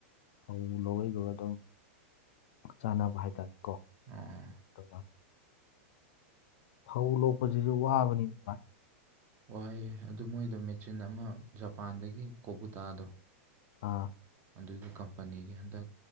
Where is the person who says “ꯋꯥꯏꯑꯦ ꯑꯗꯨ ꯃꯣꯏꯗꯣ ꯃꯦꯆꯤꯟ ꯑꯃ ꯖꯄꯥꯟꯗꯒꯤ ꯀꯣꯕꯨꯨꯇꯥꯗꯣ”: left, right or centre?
Right